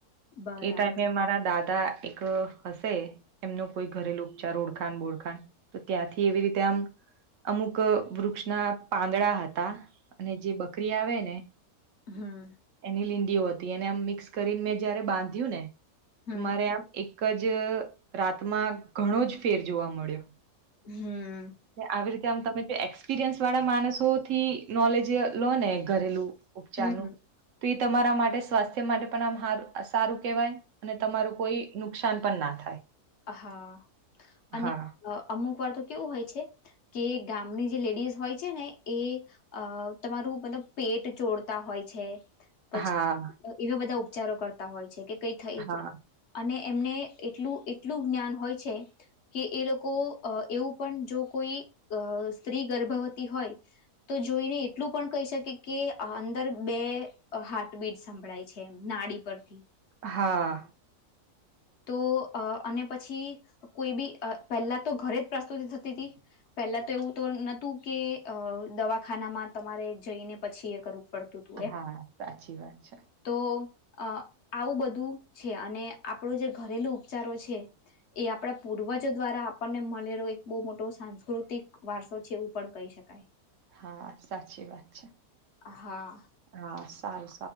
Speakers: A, on the left (about 55°); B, on the right (about 65°).
A: બરાબર
B: એ ટાઈમે મારા દાદા એક હશે એમનો કોઈ ઘરેલુ ઉપચાર ઓળખાણ બોળખાણ તો ત્યાંથી એવી રીતે આમ અમુક વૃક્ષના પાંદડા હતા અને જે બકરી આવે ને
A: હમ
B: એની લી હતી એને આમ મિક્સ કરીને મેં જયારે બાંધ્યું ને
A: હમ
B: તો મારે આમ એક જ રાતમાં ઘણો જ ફેર જોવા મળ્યો
A: હમ
B: આવી રીતે આમ તમે જો એ એક્સપિરિયન્સ વાળા માણસો થી નોલેજ લો ને ઘરેલું ઉપચારનુંું
A: હમ
B: તો એ તમારા માટે સ્વાસ્થ્ય માટે પણ આમ સારું કહેવાય અને તમારું કોઈ નુકસાન નુકાન પણ ના થાય
A: હા અને
B: હા,
A: અમુક વાર તો કેવું હોય છે કે ગામની જે લેડીઝ હોય છે ને એ તમારું મલ પેટ ચોડતા હોય છે પછી
B: હા,
A: એવા બધા ઉપચારો કરતા હોય છે કે કઈ થઈ
B: હા,
A: જાય અને એમને એટલું એટલું જ્ઞાન હોય છે કે એ લોકો એવું પણ જો કોઈ સ્ત્રી ગ હોય તો જોઈને એટલું પણ કહી શકે કે અંદર બે હા મીટ સંભળાય છે એમ નાળ પરથી
B: હા
A: તો અને પછી કોઈ બી પહેલા તો ઘરે જ પ્રસ્તુતિ થતી હતી પહેલા તો એવું તો નહોતું કે દવાખાનામાં તમારે જઈને પછી એ કરું પડતું હતું એમ
B: હા, સાચી વાત છે.
A: તો અ આવું બધું છે અને આપણો જે ઘરેલુ ઉપચારો છે એ આપણા પૂર્વજો દ્વારા આપણને મળેલો એક બહુ મોટો સાસ સાંસ્કૃતિક વારસો છે એવું પણ કહી શકાય
B: હા સાચી વાત છે
A: હા
B: હા સારું